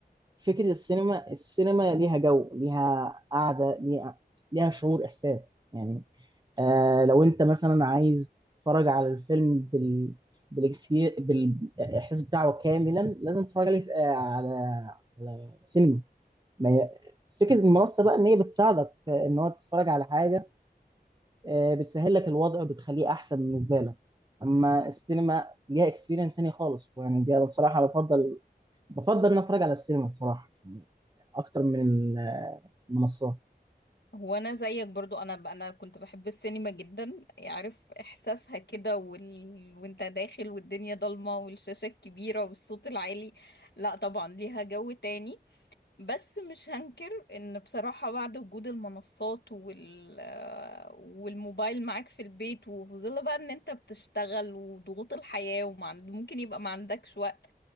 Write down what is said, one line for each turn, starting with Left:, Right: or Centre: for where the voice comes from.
Right: فكرة السينما السينما ليها جو ليها قعدة ليها ليها شعور إحساس يعني آه لو انت مثلا عايز تتفرج على الفيلم بال بالاكسبير بالاحساس بتاعه كاملا لازم تتفرج عليه في- آه، على على سينما ما هي- فكره المنصه بقى ان هي بتساعدك في ان هو تتفرج على حاجه آه، بتسهل لك الوضع وبتخليه احسن بالنسبه لك اما السينما ليها اكسبيرينس تاني خالص يعني دي انا الصراحه بفضل بفضل ان أنا اتفرج على السينما الصراحه اكتر من ال- المنصات
Left: هو انا زيك برضو انا انا كنت بحب السينما جدا عارف احساسها كده وال... وانت داخل والدنيا ضلمة والشاشة الكبيرة والصوت العالي لا طبعا ليها جو تاني بس مش هنكر ان بصراحة بعد وجود المنصات وال والموبايل معاك في البيت وفي ظل بقى ان انت بتشتغل وضغوط الحياة وممكن يبقى ما عندكش وقت